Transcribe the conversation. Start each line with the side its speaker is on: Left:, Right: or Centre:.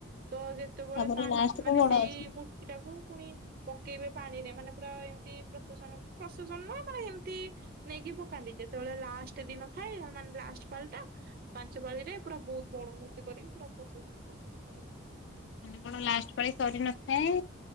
Right: ତ ଯେ ତେବେଳେ
Left: ତାପରେ
Right: ପାନ୍
Left: ଲାଷ୍ଟ
Right: ମାନେ
Left: କୁ ବଡ
Right: ସେଇ
Left: ଅଛି।
Right: ମୂର୍ତ୍ତି ଟାକୁ ପୁଣି ପକେଇବେ ପାଣିରେ, ମାନେ ପୁରା ଏମିତି ପ୍ରସେସନ ପ୍ରସେସନ ନ ମାନେ ଏମତି ନେଇକି ପକାନ୍ତି, ଯେତେବେଳେ ଲାଷ୍ଟ ଦିନ ଥାଏ, ମାନେ ଲାଷ୍ଟ ପାଳିଟା ପାଞ୍ଚପାଳି ରେ ପୁରା ବହୁତ ବଡ଼ ମୂର୍ତ୍ତି କରିକି ପୁରା ପ୍ରସ <unintelligible> କରି ନିଅନ୍ତି।
Left: ମାନେ କଣ ଲାଷ୍ଟ ପାଳି ସରି ନଥାଏ,